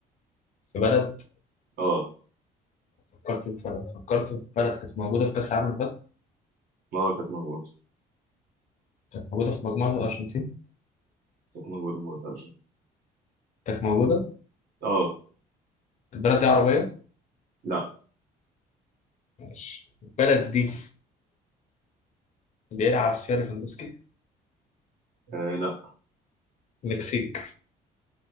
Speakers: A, on the left (about 45°); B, on the right (about 65°).
A: في بلد
B: اه
A: فكرت في بلد فكرت في بلد كانت موجودة في كأس العالم اللي فات
B: اه كانت موجودة
A: كانت موجودة في مجموعة الأرجنتين
B: كانت موجودة ما قلتهاش
A: كانت موجودة
B: اه
A: البلد دي عربية
B: لا
A: ماشي البلد دي بيلعب فيها ليفاندوسكي
B: آه لا
A: المكسيك